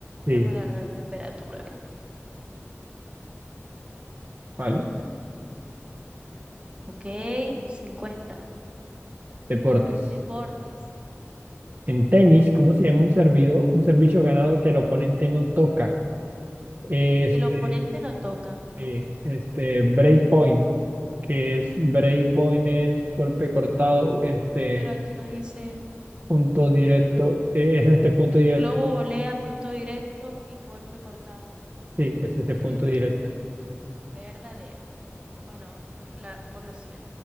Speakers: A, on the right; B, on the right.
A: Sí,
B: regular la temperatura.
A: vale.
B: Ok, cincuenta
A: Deportes.
B: Deportes,
A: En tenis,
B: ¿vale?
A: ¿cómo se llama un servido, un servicio ganado que el oponente no toca? Este,
B: Que el oponente no toca,
A: eh, este, break point, que es break point es golpe cortado, este
B: pero aquí no dice...
A: punto directo, eh, es este punto directo.
B: Globo volea, punto directo y golpe cortado,
A: Sí, es
B: punto
A: ese
B: directo.
A: punto directo.
B: Verdadero. Bueno, vamos por la, por los cien